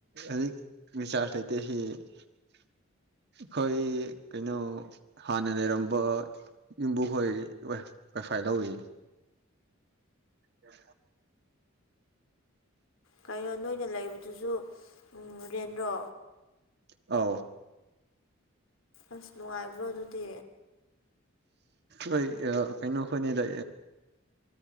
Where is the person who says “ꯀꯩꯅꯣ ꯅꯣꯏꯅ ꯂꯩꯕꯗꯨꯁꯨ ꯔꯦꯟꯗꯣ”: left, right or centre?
Left